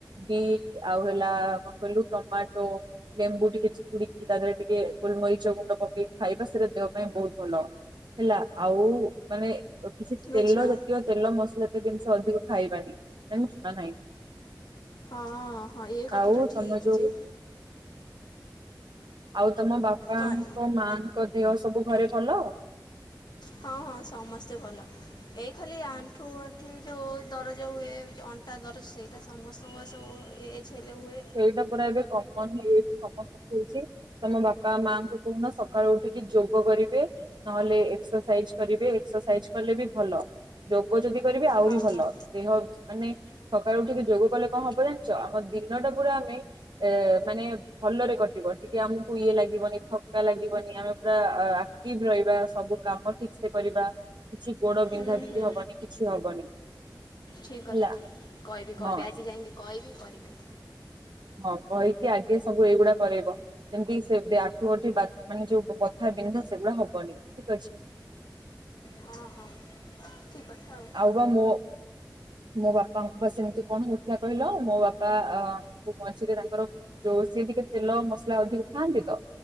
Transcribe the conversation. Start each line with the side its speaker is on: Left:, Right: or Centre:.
Right: ବିଟ୍ ଆଉ ହେଲା କଣ କହିଲୁ ଟମାଟୋ। ଲେମ୍ବୁ ଟିକେ ଚିପୁଡିକି ତା ଦେହରେ ଟିକେ ଗୋଲମରିଚ ଗୁଣ୍ଡ ପକେଇକି ଖାଇବା ସେଇଟା ଦେହ ପାଇଁ ବୋହୁତ ଭଲ। ହେଲା ଆଉ ମାନେ ଆଉ କିଛି ତେଲ
Left: ଆଚ୍ଛା
Right: ଜାତୀୟ ତେଲ ମସଲା ଜାତୀୟ ଜିନିଷ ଅଧିକ ଖାଇବାନି ଜାଣିଚୁ ନା ନାଇଁ?
Left: ହଁ ହଁ ଏ କଥାଟା
Right: ଆଉ
Left: ଠିକ୍
Right: ତମ ଯୋଉ
Left: ଯେ।
Right: ଆଉ ତମ ବାପାଙ୍କ
Left: କଣ
Right: ମା। ତାଙ୍କ ଦେହ ସବୁ ଘରେ ଭଲ?
Left: ହଁ ହଁ ସମସ୍ତେ ଭଲ ଏଇ ଖାଲି ଆଣ୍ଠୁ ଗଣ୍ଠି ଯୋଉ ଦରଜ ହୁଏ। ଅଣ୍ଟା ଦରଜ ସେଇଟା ସମସ୍ତଙ୍କ ସବୁ ଏଜେ ହେଲେ ହୁଏ।
Right: ସେଇଟା ପୁରା ଏବେ କମନ୍ ହେଇଯାଇଚି ସମସ୍ତଙ୍କୁ ହୋଉଚି। ତମ ବାପା ମାଆଙ୍କୁ କହୁନ ସକାଳୁ ଉଠିକି ଯୋଗ କରିବେ। ନହେଲେ ଏକ୍ସରସାଇଜ୍ କରିବେ ଏକ୍ସରସାଇଜ୍ କଲେ ବି ଭଲ। ଯୋଗ ଯଦି କରିବେ ଆହୁରି
Left: ହଁ
Right: ଭଲ
Left: ହଁ
Right: ଦେହ ମାନେ ସକାଳୁ ଉଠିକି ଯୋଗ କଲେ କଣ ହବ ଜାଣିଚ ଆମ ଦିଇନ ଟା ପୁରା ଆମେ ଏ ମାନେ ଭଲରେ କଟିବ ଟିକେ ଆମକୁ ଇଏ ଲାଗିବନି ଥକା ଲାଗିବନି ଆମେ ପୁରା ଆ ଆ ଏକ୍ଟିଭି ରହିବା ସବୁ କାମ ଠିକ ସେ କରିବା। କିଛି ଗୋଡ
Left: ହୁଁ
Right: ବିନ୍ଧା ବିିନ୍ଧି
Left: ହୁଁ
Right: ହବନି କିଛି ହବନି।
Left: ଠିକ୍ କଥା
Right: ହେଲା
Left: କହିବି କହିବି
Right: ହଁ
Left: ଆଜି ଯାଇକି କହିବି କରିବେ।
Right: ହଉ କହିକି ଆଗେ ସବୁ ଏଇଗୁଡା କରେଇବ। ଯେମିତି ସେ ଆଣ୍ଠୁ ଗଣ୍ଠି ବାତ ମାନେ ଯୋଉ ବଥା ବିନ୍ଧା ସେଗୁଡ଼ା ହବନି ଠିକ ଅଛି।
Left: ହଁ ହଁ ଠିକ୍ ଆଉ ଥାଉ।
Right: ଆଉ ବା ମୋ ମୋ ବାପାଙ୍କୁ ପା ସେମିତି କଣ ହୋଉଥିଲା କହିଲ ମୋ ବାପା ଆଁ ମଝିରେ ତାଙ୍କର ଯୋଉ ସିଏ ଟିକେ ତେଲ ମସଲା ଅଧିକ ଖାଆନ୍ତିତ